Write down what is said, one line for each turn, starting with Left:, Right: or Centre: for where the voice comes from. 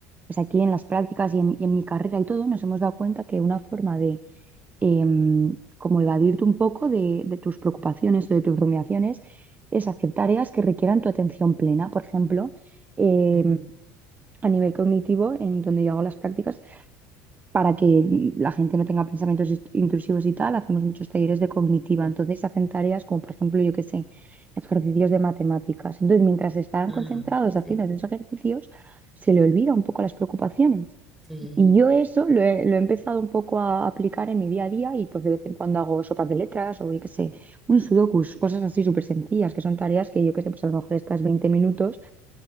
Right: pues aquí en las prácticas y en, y en mi carrera y todo, nos hemos dado cuenta que una forma de em, como evadirte un poco de, de tus preocupaciones o de tus rumiaciones es hacer tareas que requieran tu atención plena. Por ejemplo, em,
Centre: Mm,
Right: a nivel cognitivo, en donde yo hago las prácticas, para que la gente no tenga pensamientos est- intrusivos y tal, hacemos muchos talleres de cognitiva. Entonces hacen tareas como, por ejemplo, yo qué sé, ejercicios de matemáticas. Entonces, mientras están
Centre: ajá,
Right: concentrados haciendo
Centre: sí,
Right: esos ejercicios, se le olvida un poco las preocupaciones.
Centre: sí,
Right: Y yo eso lo he, lo he empezado un poco a aplicar en mi día a día y pues de vez en cuando hago sopas de letras o yo qué sé, un sudokus, cosas así súper sencillas, que son tareas que yo qué sé, pues a lo mejor estás 20 minutos,